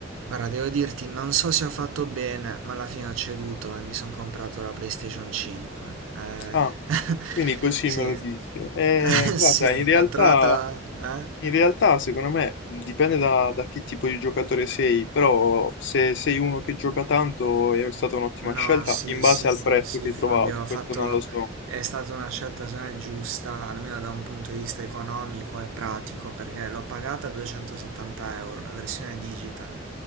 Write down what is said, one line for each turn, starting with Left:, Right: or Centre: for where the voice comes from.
Right: Guarda, devo dirti, non so se ho fatto bene, ma alla fine ho ceduto e mi sono comprato la PlayStation 5. Eh,
Left: Ah,
Right: <laughs>
Left: quindi così
Right: sì,
Left: me lo dici. Eh,
Right: <laughs>
Left: guarda,
Right: sì,
Left: in realtà,
Right: l'ho trovata... Eh?
Left: in realtà, secondo me mh, dipende da, da che tipo di giocatore sei, però se sei uno che gioca tanto è stata un'ottima
Right: No,
Left: scelta
Right: sì,
Left: in base
Right: sì,
Left: al prezzo
Right: sì,
Left: che hai
Right: Fabio,
Left: trovato,
Right: ho
Left: questo
Right: fatto...
Left: non lo so.
Right: è stata una scelta, secondo me, giusta, almeno da un punto di vista economico e pratico, perché l'ho pagata 270 euro, la versione digital.